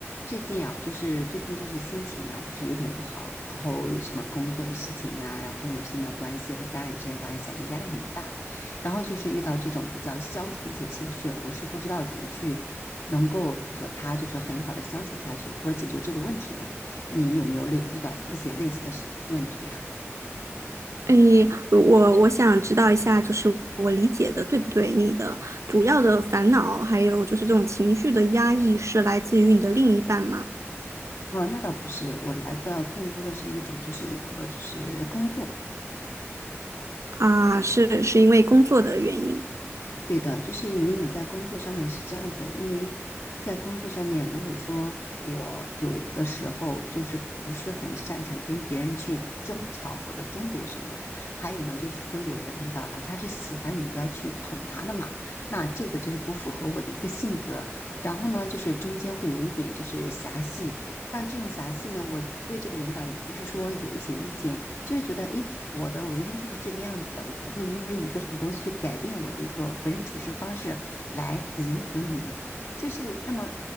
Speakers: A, on the left; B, on the right.
A: 最近啊，就是最近就是心情啊，就是有点不好，然后什么工作的事情啊，然后朋友之间的关系和家人之间关系啊，就压力很大。然后就是遇到这种比较消极的一些情绪，我是不知道怎么去能够和他就是很好的相处下去，或者解决这个问题的。你有没有类遇到一些类似的事问题呀？
B: 哎，我我想知道一下，就是我理解的对不对？你的主要的烦恼，还有就是这种情绪的压抑，是来自于你的另一半吗？
A: 啊，那倒不是，我来的更多的是一种就是一个就是工作。
B: 啊，是是因为工作的原因
A: 对的，就是因为你在工作上面是这样子的，因为在工作上面，如果说我有的时候就是不是很擅长跟别人去争吵或者争夺什么，还有呢，就是说有的领导呢，他是喜欢你要去捧他的嘛，那这个就是不符合我的一个性格。然后呢，就是中间会有一点就是狭隙，那这种狭隙呢，我对这个领导也不是说有一些意见，就是觉得，诶，我的为人就是这个样子的，我不会因为一个什么东西去改变我的一个为人处事方式来迎合你。就是那么